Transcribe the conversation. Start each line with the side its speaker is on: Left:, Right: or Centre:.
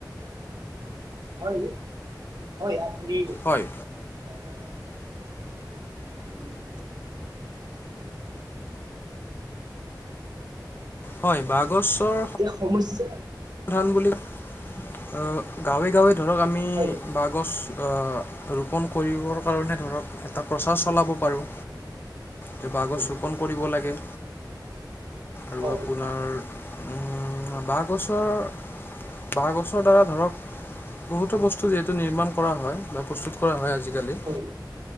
Right: হয়, ই। হয় আপুনি
Left: হয়।
Right: আহ, উম,
Left: হয়, বাঁহ গছৰ
Right: তে সমস্যা
Left: কিমান বুলি অ' গাঁৱে গাঁৱে ধৰক আমি
Right: হয়
Left: বাঁহ গছ আ, ৰোপণ কৰিবৰ কাৰণে ধৰক এটা প্ৰচাৰ চলাব পাৰোঁ। এ বাঁহ
Right: হয়
Left: গছ ৰোপণ কৰিব লাগে। আৰু
Right: হয়
Left: আপোনাৰ উম, বাঁহ গছ ৰ, বাঁহ গছৰ দ্বাৰা ধৰক বহুতো বস্তু যিহেতু নিৰ্মাণ কৰা হয় বা প্ৰস্তুত কৰা হয়, আজিকালি।
Right: হয়